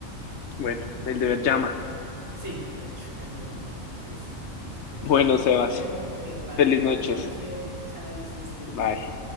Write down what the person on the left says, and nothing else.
Bueno, el deber llama.
Bueno,
Sebas,
feliz
noches.
Bye.